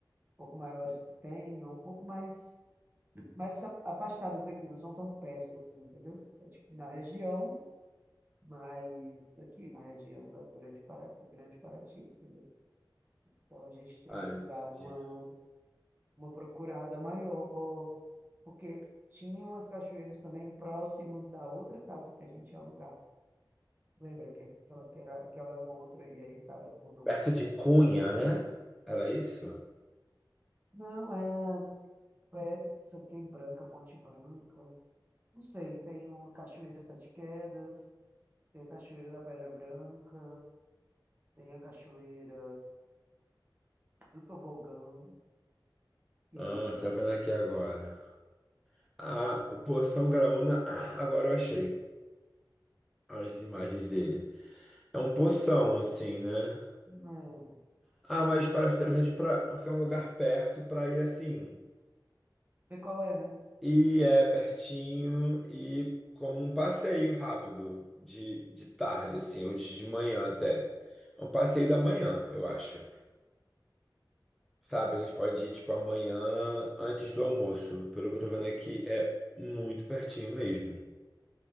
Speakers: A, on the right (about 25°); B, in the centre.
A: pouco maiores que tem, é um pouco mais, mais a- afastadas daqui, não são tão perto daqui, entendeu? É tipo na região, mas aqui na região da Grande Paraty, Grande Paraty, entendeu? Então a gente teria
B: Ah,
A: que
B: entendi.
A: dar uma uma procurada maior, porque tinha umas cachoeiras também próximos da outra casa que a gente ia alugar. Lembra que aquela, que era aquela outra, e aí o cara mudou
B: Perto de
A: isso.
B: Cunha, né? Era isso?
A: Não, é, é, não sei o que, Branca, Ponte Branca. Não sei, tem uma Cachoeira Sete Quedas, tem a Cachoeira da Pedra Branca, tem a Cachoeira do Tobogã, que
B: Ah,
A: é
B: tô vendo aqui agora.
A: meio que.
B: Ah, o Poção Graúna, <clears throat> agora eu achei as imagens dele. É um poção, assim, né?
A: Não,
B: Ah, mas parece interessante pra, porque é um lugar perto pra ir assim.
A: vê qual é, né?
B: E é pertinho e como um passeio rápido, de, de tarde, assim, ou de de manhã até. É um passeio da manhã, eu acho. Sabe, a gente pode ir, tipo, amanhã antes do almoço. Pelo que eu tô vendo aqui, é muito pertinho mesmo.